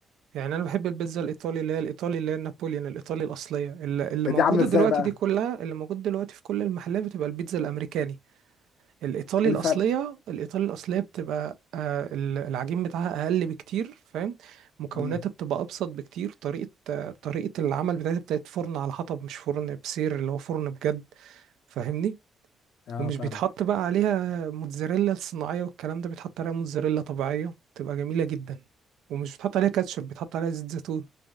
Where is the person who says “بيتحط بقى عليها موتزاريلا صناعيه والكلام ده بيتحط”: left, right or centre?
Right